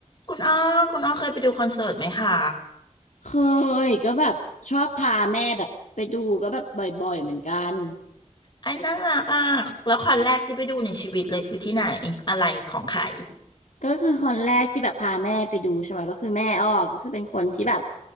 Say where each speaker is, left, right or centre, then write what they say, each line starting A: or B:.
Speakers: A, on the left; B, on the left.
A: คุณอ้อคุณอ้อเคยไปดูคอนเสิร์ตไหมคะ
B: เคยก็แบบชอบพาแม่แบบไปดูก็แบบบ่อยๆเหมือนกัน
A: ไอ้น่ารักอ่ะแล้วคอนแรกที่ไปดูในชีวิตเลยคือที่ไหนอะไรของใคร
B: ก็คือคนแรกที่แบบพาแม่ไปดูใช่ไหมก็คือแม่อ้อก็คือเป็นคนที่แบบ